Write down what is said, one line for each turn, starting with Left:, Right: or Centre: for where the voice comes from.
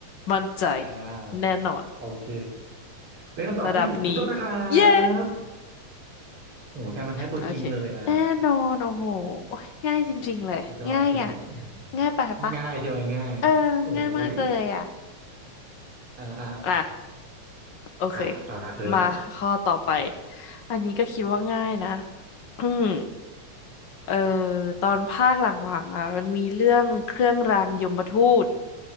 Left: มั่นใจ
Right: อ่าโอเค
Left: แน่นอน
Right: เป็นคำตอบที่ถูกต้องนะครั
Left: ระดับนี้ เย้
Right: บโอ้โหแฟนมันธุ์แท้ตัวจริงเลยอ่ะ
Left: โอเค แน่นอน โอ้โหโอ้ยง่ายจริงๆ เลย
Right: สุดยอดสุดยอดอืม
Left: ง่ายอ่ะง่ายไปปะ
Right: ง่ายใช่ไหมง่ายโอ้ย
Left: เออ ง่ายมากเลยอ่ะ
Right: อ่าอ่า
Left: <laughs> อ่ะ โอเค
Right: อ่ะตาเธอละ
Left: มาข้อต่อไปอันนี้ก็คิดว่าง่ายนะอืมเอ่อตอนภาคหลังๆอ่ะมันมีเรื่องเครื่องรางยมทูต